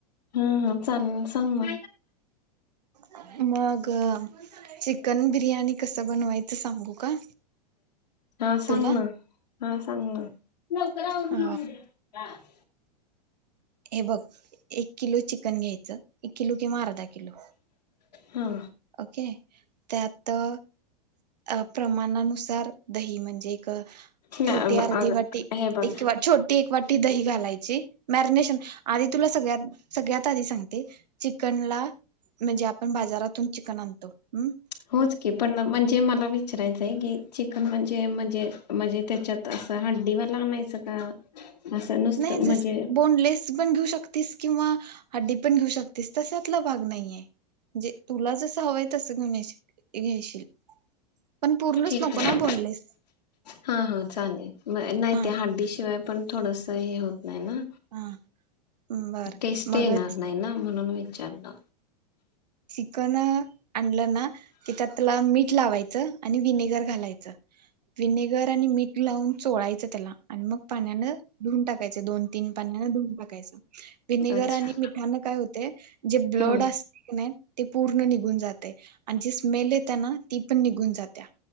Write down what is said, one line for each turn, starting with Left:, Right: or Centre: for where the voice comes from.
Left: हम्म हम चालेल सांग ना
Right: हा मग चिकन बिर्याणी कस बनवायचं सांगू का?
Left: हा सांग
Right: तुला
Left: ना हा सांग ना <unintelligible>
Right: अ हे बघ एक किलो चिकन घ्यायचं एक किलो किंवा अर्धा किलो
Left: हा
Right: ओके त्यात अ अ प्रमाणानुसार दही म्हणजे एक
Left: नाही
Right: छोटी अर्धी
Left: अग
Right: वाटी,
Left: हे बघ
Right: एक वाटी छोटी एक वाटी दही घालायची मॅरिनेशन आधी तुला सगळ्यात सगळ्यात आधी सांगते चिकन ला म्हणजे आपण बाजारातून चिकन आणतो हम
Left: होच की पण म्हण ते मला विचारायचं की चिकन म्हणजे म्हणजे म्हणजे त्याच्यात अस हड्डी वाल आणायचं का असं नुसतं
Right: नाही
Left: म्हणजे
Right: जसं बोनलेस कस पण घेऊ शकतीस किंवा हड्डी पण घेऊ शकतीस तशातला भाग नाहीये जे तुला जसं हवंय तसं घेऊन येशील पण पूर्णच
Left: ठीक
Right: नको
Left: आहे
Right: ना बोनलेस
Left: हा हा चालेल म नाही
Right: हा
Left: ते हड्डी शिवाय पण थोडस हे होत नाही ना
Right: हा बर
Left: टेस्ट
Right: मग
Left: येणार नाही ना म्हणून विचारलं
Right: चिकन आणलं ना त्यात त्याला मीठ लावायचं आणि विनेगर घालायचं विनेगर आणि मीठ लावून चोळायचं त्याला आणि मग पाण्यानं धुऊन टाकायचं दोन तीन पाण्यान धुऊन टाकायचं विनेगर
Left: अच्छा
Right: आणि मिठान काय होतय जे ब्लड
Left: हम्म
Right: असते की नाही ते पूर्ण निघून जातय आणि जी स्मेल येत्या ना ती पण निघून जात्या